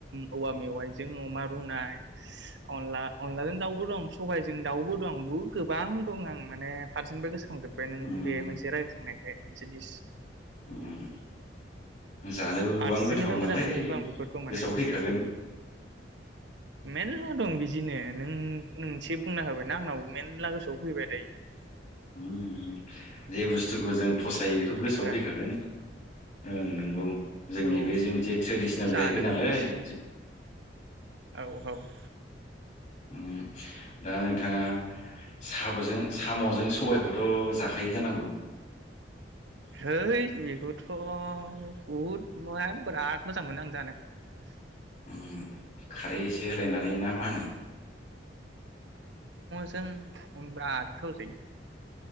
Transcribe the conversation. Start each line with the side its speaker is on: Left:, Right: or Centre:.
Right: औवा मेवाइजों अमा रुनाय अनला अनलाजों दाउबो दं सबायजों दाउबो दं बहुद गोबां दं आं माने फारसेनिफाय गोसो थांखांजोब्बाय नों
Left: उम
Right: बे मोनसे रायखांनायखाय । जेदिस
Left: उम जानोबो गोबां
Right: फारसेनिफ्राय
Left: गोथाव नालाय
Right: मोजां मोनजोबो आं बेफोरखौ माने
Left: गोसोआव फैखागोन ।
Right: मेरला दं बिदिनो नों मोनसे बुंना होबायनाा आंनाव मेरला गोसोआव फैबाय दायो ।
Left: उम उम जे बुस्थुखौ जों फसायो बेखौ
Right: ओंख्रिफोरा
Left: गोसोआव फैखागोन ओं नोंगौ । जोंनि
Right: औ
Left: बे जे मोनसे ट्रेडिसनेल
Right: जानोबो
Left: जाहैबाय नालाय
Right: बिस
Left: ।
Right: औ औ ।
Left: उम दा नोंथाङा साबजों साम'जों सबायखौथ' जाखायो जानांगौ?
Right: है बेखौथ' बुहुद मा बिराद मोजां मोनो आं जानो ।
Left: उम खारै एसे होलायनानै ना मा होनो?
Right: जों <unintelligible> खौजायो ।